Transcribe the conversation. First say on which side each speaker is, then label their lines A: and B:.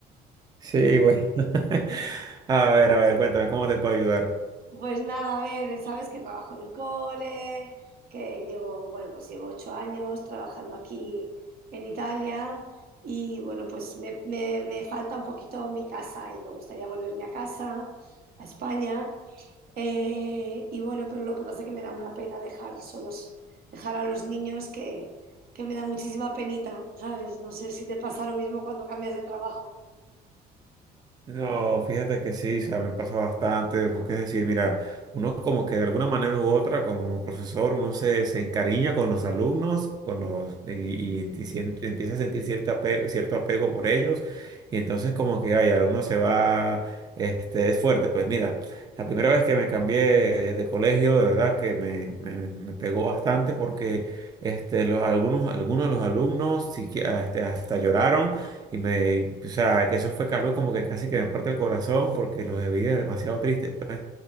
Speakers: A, on the right (about 25°); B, on the right (about 65°).
A: Sí, bueno. <laughs> A ver, a ver, cuéntame, ¿cómo te puedo ayudar?
B: Pues nada, a ver, sabes que trabajo en el cole, que llevo, bueno, pues llevo ocho años trabajando aquí en Italia y bueno, pues me, me- me falta un poquito mi casa y me gustaría volverme a casa, a España. Eh, y bueno, pero lo que pasa es que me da una pena dejar solos, dejar a los niños que, que me da muchísima penita, ¿sabes? No sé si te pasa lo mismo cuando cambias de trabajo.
A: No, fíjate que sí, o sea, me pasa bastante, porque es decir, mira, uno como que de alguna manera u otra, como profesor, uno se, se encariña con los alumnos, con los, y, y enti- sien- empieza a sentir cierto apego, cierto apego por ellos, y entonces como que, ay, ya uno se va, este, es fuerte, pues mira, la primera vez que me cambié de colegio, de verdad que me, me, me pegó bastante, porque, este, los, algunos, algunos de los alumnos, sí que, este, hasta lloraron y me, o sea, que eso fue algo como que casi que me parte el corazón porque los vi demasiado triste pues.